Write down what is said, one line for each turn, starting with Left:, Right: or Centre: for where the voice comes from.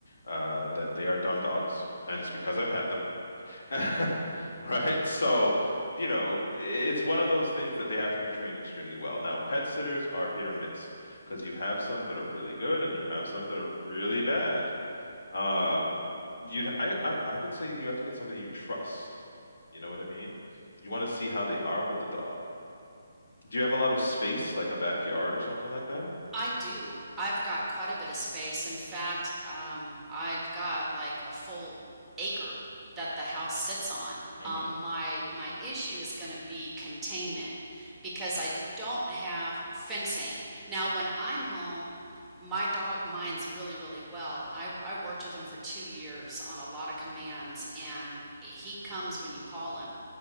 Left: uh, that they are dumb dogs, and it's because I've had them, <laughs> right? So, you know, it's one of those things that they have to be trained extremely well. Now, pet sitters are hit or miss because you have some that are really good, and you have some that are really bad. Um, you'd I, I I would say you have to get somebody you trust. You know what I mean? You want to see how they are with the dog. Do you have a lot of space, like a backyard or something like that?
Centre: I do. I've got quite a bit of space. In fact, um, I've got like a full acre that the house sits on.
Left: Mm-hmm,
Centre: Um, my my issue is going to be containment because I don't have fencing. Now, when I'm home, my dog minds really, really well. I, I worked with him for two years on a lot of commands, and he comes when you call him.